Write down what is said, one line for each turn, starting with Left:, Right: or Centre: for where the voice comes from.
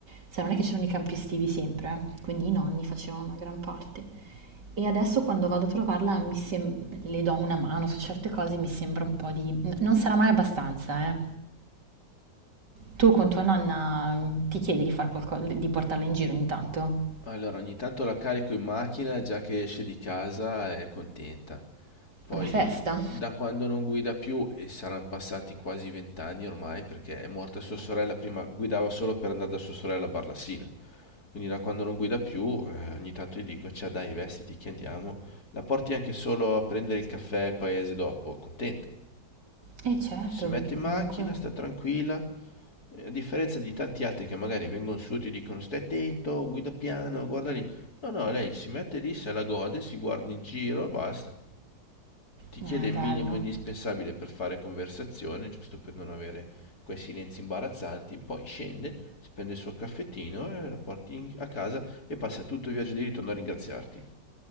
Right: Se non è che c'erano i campi estivi sempre, eh, Quindi i nonni facevano una gran parte. E adesso quando vado a trovarla mi sem- le do una mano su certe cose, mi sembra un po' di... n- Non sarà mai abbastanza, eh. Tu con tua nonna mm, ti chiedi di far qualco- di portarla in giro ogni tanto?
Left: Allora, ogni tanto la carico in macchina già che esce di casa è contenta. Poi,
Right: Una festa?
Left: da quando non guida più, e saranno passati quasi vent'anni ormai, perché è morta sua sorella, prima guidava solo per andare da sua sorella a Barlassina. Quindi da quando non guida più, eh, ogni tanto gli dico, ciao dai, vestiti che andiamo. La porti anche solo a prendere il caffè al paese dopo, contenta.
Right: Eh certo,
Left: Si mette
Right: perché
Left: in macchina,
Right: comunque
Left: sta tranquilla, eh, a differenza di tanti altri che magari vengono su e ti dicono stai attento, guida piano, guarda lì. No, no, lei si mette lì, se la gode, si guarda in giro e basta. Ti
Right: è
Left: chiede il
Right: bello.
Left: minimo indispensabile per fare conversazione, giusto per non avere quei silenzi imbarazzanti, poi scende, si prende il suo caffettino e la porti in- a casa e passa tutto il viaggio di ritorno a ringraziarti.